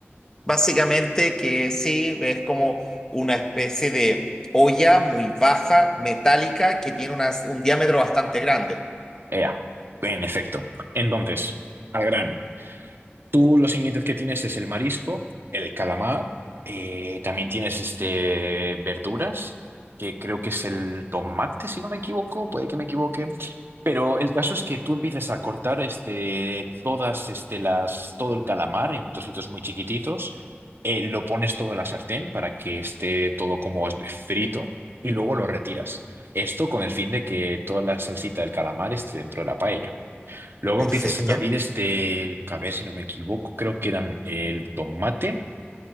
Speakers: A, on the left; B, on the right.
A: Básicamente que sí, es como una especie de olla muy baja, metálica, que tiene unas- un diámetro bastante grande.
B: Ea, en efecto. Entonces, al grano. Tú los ingredientes que tienes es el marisco, el calamar, eh, también tienes este, verduras, que creo que es el tomate, si no me equivoco, puede que me equivoque. Pero el caso es que tú empiezas a cortar este, todas este, las, todo el calamar en trocitos muy chiquititos, eh, lo pones todo en la sartén para que esté todo como frito y luego lo retiras. Esto con el fin de que toda la salsita del calamar esté dentro de la paella. Luego
A: Perfecto.
B: empiezas a añadir este, a ver si no me equivoco, creo que eran el tomate.